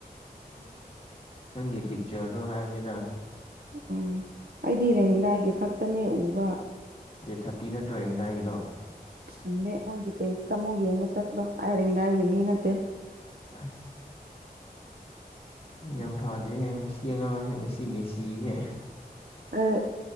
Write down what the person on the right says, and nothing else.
<inaudible>
ꯎꯝ ꯑꯩꯗꯤ ꯔꯦꯡꯗꯥꯏꯒꯤ ꯈꯛꯇꯅꯦ ꯎꯕ
ꯈꯪꯗꯦ ꯃꯣꯏꯒꯤ ꯄꯦꯖꯇ ꯑꯃꯨꯛ ꯌꯦꯡꯕ ꯆꯠꯂꯣ ꯑꯩ ꯔꯦꯡꯗꯥꯏꯒꯤ ꯃꯤ ꯅꯠꯇꯦ
ꯑꯩ